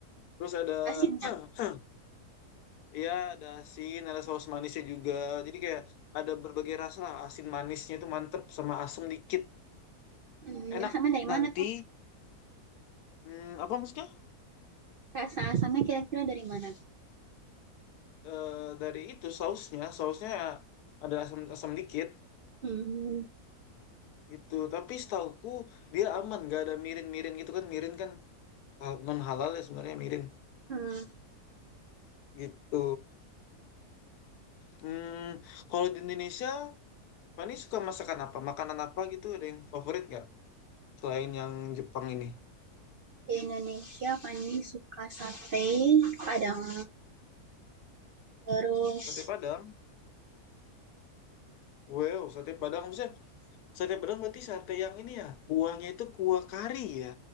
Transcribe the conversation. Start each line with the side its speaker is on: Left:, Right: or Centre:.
Left: Terus ada
Right: asinnya.
Left: <clears throat> Iya, ada asin, ada saus manisnya juga. Jadi kayak ada berbagai rasa lah. Asin manisnya itu mantep sama asem dikit.
Right: Hmm, yang
Left: Enak.
Right: sama dari
Left: Nanti,
Right: mana tuh?
Left: hmm, apa maksudnya?
Right: Rasa asamnya kira-kira dari mana?
Left: Eh, dari itu sausnya, sausnya ada asam asam dikit
Right: Hmm.
Left: itu. Tapi setauku dia aman, nggak ada mirin-mirin gitu kan. Mirin kan non halal ya sebenarnya mirin
Right: Hmm.
Left: gitu. Hmm, kalau di Indonesia, Fani suka masakan apa? Makanan apa gitu? Ada yang favorit nggak? Selain yang Jepang ini?
Right: Di Indonesia Fani suka sate, Padang, terus
Left: Sate Padang. Wow, sate Padang maksudnya Sate Padang berarti sate yang ini ya, kuahnya itu kuah kari ya.